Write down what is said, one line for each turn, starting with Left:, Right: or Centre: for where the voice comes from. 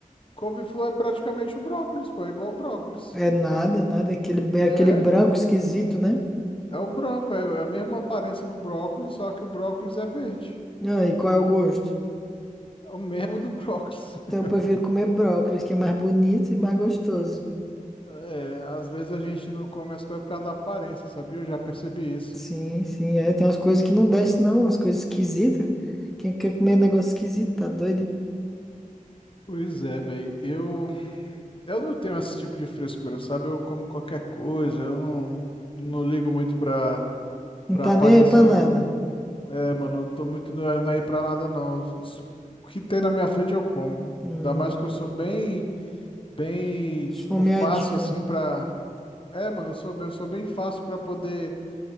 Left: Couve-flor é praticamente o brócolis, pô. É igual o brócolis.
Centre: É nada, nada. É Aquele, é
Left: É,
Centre: aquele branco esquisito, né?
Left: é o branco. É é a mesma aparência do brócolis, só que o brócolis é verde.
Centre: Ah, e qual é o gosto?
Left: É o mesmo do brócolis.
Centre: Então
Left: <laughs>
Centre: eu prefiro comer brócolis, que é mais bonito e mais gostoso.
Left: É, às vezes a gente não come as coisas por causa da aparência, sabia? Eu já percebi isso.
Centre: Sim, sim, é, tem umas coisas que não desce não, umas coisas esquisitas. Quem quer comer negócio esquisito, tá doido? hein?
Left: Pois é, velho. Eu Eu não tenho esse tipo de frescura, sabe? Eu como qualquer coisa, eu não, não ligo muito pra,
Centre: Não
Left: pra
Centre: tá
Left: aparência,
Centre: nem aí pra nada.
Left: não. É, mano, eu não tô muito na, na ir pra nada, não. S- O que tem na minha frente eu como.
Centre: Hum,
Left: Ainda mais que eu sou bem, bem,
Centre: esfomeadinho,
Left: tipo, fácil assim pra. É, mano, eu sou, eu sou bem fácil pra poder